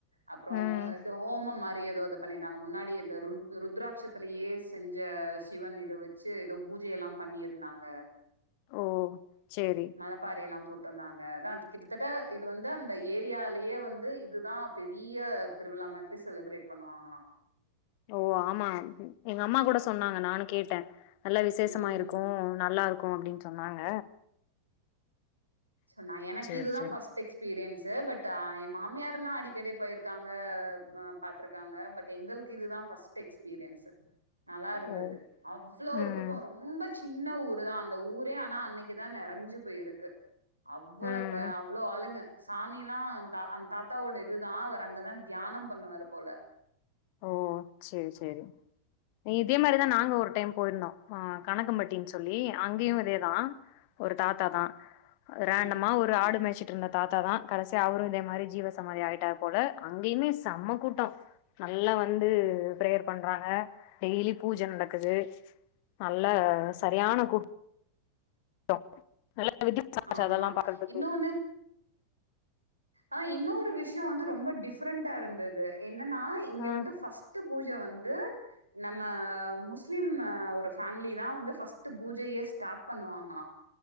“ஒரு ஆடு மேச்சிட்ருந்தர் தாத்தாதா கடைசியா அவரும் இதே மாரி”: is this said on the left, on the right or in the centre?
Left